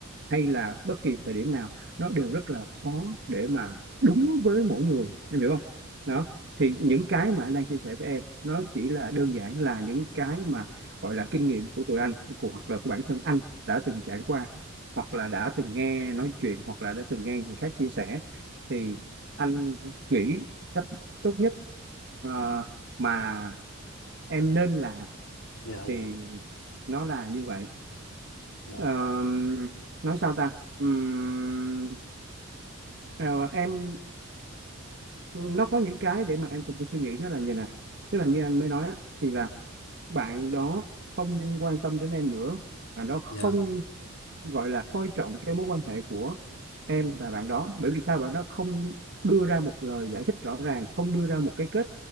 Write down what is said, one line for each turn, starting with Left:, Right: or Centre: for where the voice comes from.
Right: hay là bất kỳ thời điểm nào nó đều rất là khó để mà đúng với mỗi người em hiểu không đó thì những cái mà anh đang chia sẻ với em nó chỉ là đơn giản là những cái mà gọi là kinh nghiệm của tụi anh của hoặc là của bản thân anh đã từng trải qua hoặc là đã từng nghe nói chuyện hoặc là đã từng nghe người khác chia sẻ thì anh nghĩ cách tốt nhất ờ, mà em nên làm
Left: nhờ nhờ
Right: thì nó là như vậy
Left: nhờ
Right: Ờ, nói sao ta Ừm, ờ, em nó có những cái để mà em cần phải suy nghĩ nó là như này tức là như anh mới nói á, thì là bạn đó không quan tâm đến em nữa bạn đó không
Left: nhờ
Right: gọi là coi trọng cái mối quan hệ của em và bạn đó bởi vì sao bạn đó không đưa ra một lời giải thích rõ ràng không đưa ra một cái kết